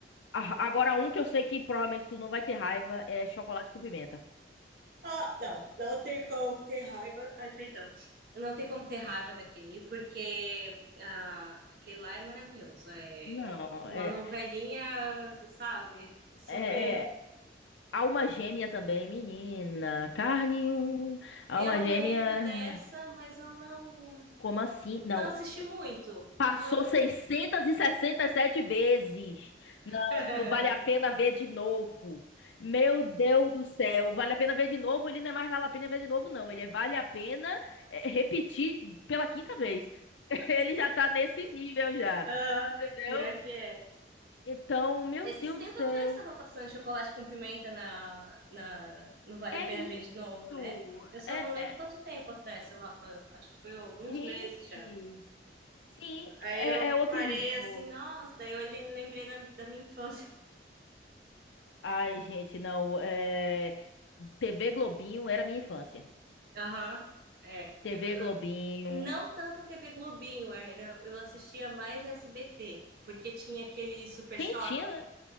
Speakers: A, on the left; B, on the right.
A: Ah, Agora, um que eu sei que provavelmente tu não vai ter raiva é chocolate com pimenta.
B: Ah, não, não tem como ter raiva. Ai, perdão. Não tem como ter raiva daquele, porque ah, aquele lá é maravilhoso. É
A: Não,
B: uma
A: é,
B: novelinha, sabe? Super.
A: é, é alma gêmea também, menina. Carne um, alma
B: Eu
A: gêmea.
B: lembro dessa, mas eu não,
A: Como assim? Não.
B: não assisti muito.
A: Passou
B: Eu não.
A: e e sessenta e sete vezes. Não,
B: <laughs>
A: não vale a pena ver de novo. Meu Deus do céu. Vale a pena ver de novo? Ele não é mais vale a pena ver de novo, não. Ele é vale a pena é, repetir pela quinta vez. <laughs> Ele já tá nesse nível já.
B: Ah,
A: Entendeu?
B: pior que é.
A: Então, meu
B: Esses
A: Deus
B: tempos
A: do céu.
B: atrás estava passando chocolate com pimenta na, na, no Vale
A: É
B: a Pena
A: isso.
B: Ver de novo, né? Eu só
A: É,
B: não lembro
A: é-
B: quanto tempo atrás, sei lá, foi- acho que foi alguns
A: Gente.
B: meses já.
A: Sim,
B: Aí
A: é
B: eu
A: é outro
B: parei
A: nível.
B: assim, nossa, daí eu le- lembrei da, da minha infância.
A: Ai, gente, não. é, TV Globinho era minha infância.
B: <laughs> Aham, é.
A: TV
B: Eu, eu-
A: Globinho.
B: não tanto a TV Globinho, era, eu assistia mais SBT, porque tinha aquele Super
A: Tem,
B: Choque.
A: tinha. né?